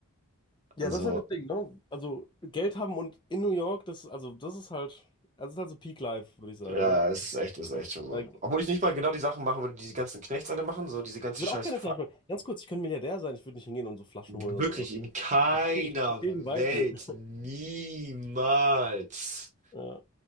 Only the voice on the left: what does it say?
Ja, das ist halt das Ding, ne? Also Geld haben und in New York, das, also das ist halt, also das ist halt so Peak Life, würde ich sagen,
ne?
Da,
ich würde
auch keine Flaschen holen. Ganz kurz, ich könnte Milliardär sein, ich würde nicht hingehen und so Flaschen
holen oder sowas.
Ich verstehe
den Vibe nicht. <laughs>
Ja,